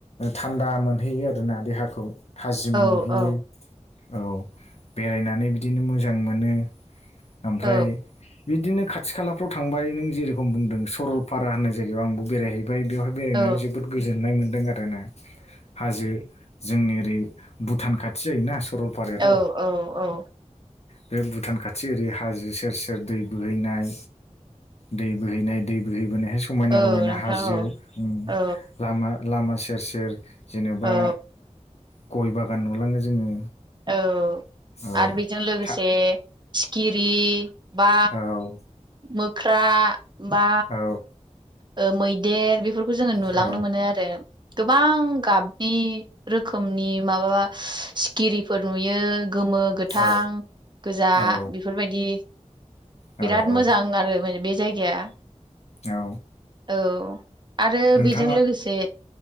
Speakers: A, on the left; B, on the right.
A: थान्दा मोनहैयो आरोना देहाखौ थाजिम
B: औ
A: मोनहैयो
B: औ
A: औ बेरायनानै बिदिनो मोजां मोनो ओमफ्राय
B: औ
A: बिदिनो खाथि खालाफ्राव थांबाय नों जेरोखोम बुंदों सरलपारा होननाय जायगायाव आंबो बेरायहैबाय ओमफ्राय बेवहाय बेरायनानै
B: औ
A: जोबोद गोजोननाय मोन्दों आरो ना हाजो जोंनि ओरै भुटान खाथि जायोना सरलपारायाथ'
B: औ औ
A: बे भुटान खाथि खाथि ओरै हाजो सेर सेर दै बोहैनाय दै बोहैनाय दै बोहैबोनाय समायना
B: औ
A: रमायना
B: नोंथां
A: हाजो उम
B: औ
A: लामा लामा सेर सेर जेनेबा
B: औ
A: ओ गय बागान नुलाङो जोङो
B: औ
A: औ
B: आरो बेजों लोगोसे
A: था
B: सिखिरि बा
A: औ
B: मोख्रा बा
A: औ
B: ओ मैदेर बेफोरखौ जोङो नुलांनो
A: औ
B: मोनो आरो गोबां गाबनि रोखोमनि माबा सिखिरिफोर नुयो गोमो गोथां
A: औ
B: गोजा
A: औ
B: बेफोरबायदि
A: औ
B: बिराद
A: औ
B: मोजां आरो माने बे जायगाया
A: औ
B: औ आरो
A: नोंथाङा
B: बेजों लोगोसे